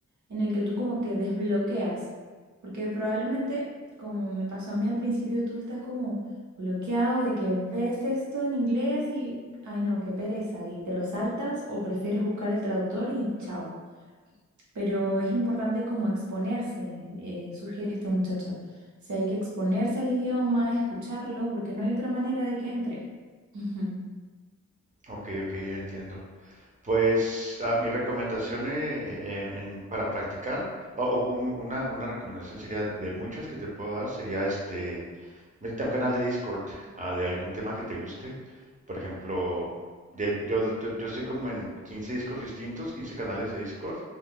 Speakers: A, on the right (about 75°); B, on the right (about 25°).
A: en el que tú como que desbloqueas. Porque probablemente, como me pasó a mí al principio, tú estás como bloqueado de que ves esto en inglés y, ay no, qué pereza. Y te lo saltas o prefieres buscar el traductor y chao pero es importante como exponerse, eh, sugiere este muchacho. O sea, hay que exponerse al idioma, escucharlo, porque no hay otra manera de que entre. Ujú.
B: ok, ok, yo entiendo. Pues ah, mi recomendación eh, eh, en- para practicar, o, o un- una, una recomendación sería de muchas que te puedo dar, sería este, métete a un canal de Discord ah, de algún tema que te guste. Por ejemplo, de, yo, yo, yo estoy como en 15 Discord distintos, 15 canales de Discord,